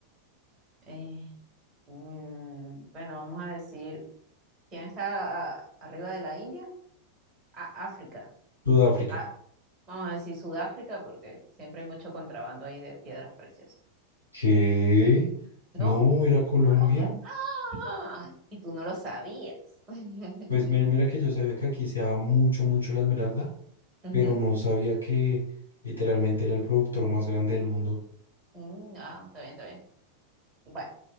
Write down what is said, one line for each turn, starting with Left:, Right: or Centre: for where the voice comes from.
Right: eh, Mm, bueno, vamos a decir, ¿quién está a- arriba de la India? A- África.
Left: Sudáfrica.
Right: Ah, vamos a decir Sudáfrica porque siempre hay mucho contrabando ahí de piedras preciosas.
Left: ¿Qué? No,
Right: ¿No?
Left: era Colombia.
Right: Colombia. Ah, y tú no lo sabías. <laughs>
Left: Pues mira, mira que yo sabía que aquí se daba mucho, mucho la esmeralda,
Right: Ujú.
Left: pero no sabía que literalmente era el productor más grande del mundo.
Right: Mm, ah, está bien, está bien. Bueno,